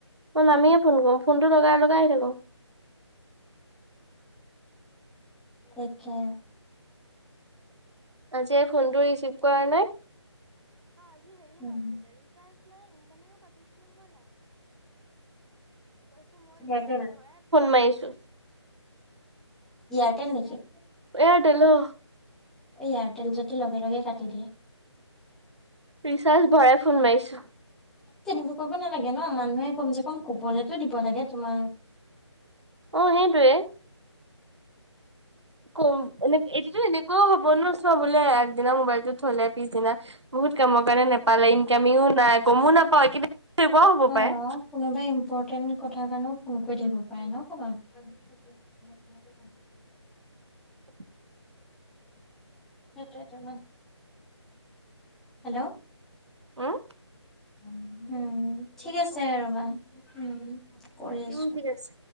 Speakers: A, on the right; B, in the centre.
A: মই নামিয়ে ফোন কৰো ফোনটো লগাই লগাই আহি থাকো
B: তাকে
A: <unintelligible> <unintelligible> <unintelligible> ফোন
B: উম, এয়াৰটেল
A: মাৰিছো
B: এয়াৰটেল নিকি?
A: এয়াৰটেল অ।
B: এয়াৰটেল যদি লগে লগে কাটি দিয়ে।
A: ৰিচাৰ্জ ভৰাই ফোন মাৰিছো।
B: তেনেকুৱা কৰিব নালাগে ন, মানুহে কমচেকম কবলেতো দিব লাগে, তোমাৰ।
A: অ সেইটোৱে। কম এনে এইটোত এনেকুৱাই হ'ব ন, চোৱা বোলে আগদিনা মোবাইলটো থলে পিছদিনা বহুত কামৰ কাৰণে নোপালে, ইনকামিও নাই গমো নাপাও, এনেকুৱাও হ'ব
B: অ
A: পাৰে।
B: কোনোবাই ইম্পৰ্টেণ্ট কথাৰ কাৰণেও ফোন কৰি থাকিব পাৰে ন কাবাক।
A: <inaudible>
B: সেইটোয়েত ন, হেল্ল'?
A: উম
B: উম' ঠিক আছে ৰ'বা উম। কৰি আছো।
A: উম ঠিক আছে